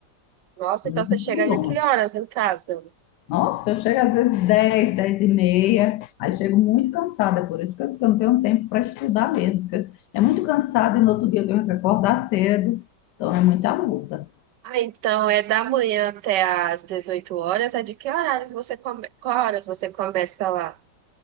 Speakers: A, on the right; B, on the left.
A: Nossa,
B: muito
A: então você chega de
B: longe.
A: que horas em casa?
B: Nossa, eu chego às vezes 10, 10 e meia, aí chego muito cansada, por isso que eu disse que eu não tenho tempo para estudar mesmo, porque é muito cansada e no outro dia eu tenho que acordar cedo, então é muita luta.
A: Ah, então é da manhã até às 18 horas. É de que horários você come... Qual horas você começa lá?